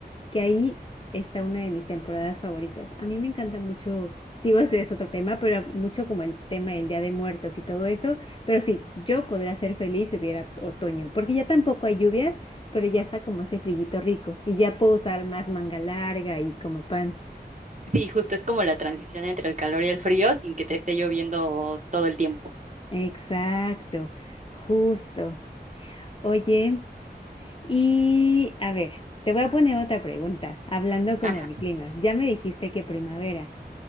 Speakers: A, on the left; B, on the right.
A: que ahí está una de mis temporadas favoritas. A mí me encanta mucho, digo, ese es otro tema, pero mucho como el tema del Día de Muertos y todo eso, pero sí, yo podría ser feliz si hubiera otoño, porque ya tampoco hay lluvias pero ya está como ese frillito rico y ya puedo usar más manga larga y como pants.
B: Sí, justo es como la transición entre el calor y el frío sin que te esté lloviendo todo el tiempo.
A: Exacto, justo. Oye, y a ver, te voy a poner otra pregunta, hablando como
B: Ajá.
A: de climas. Ya me dijiste que primavera,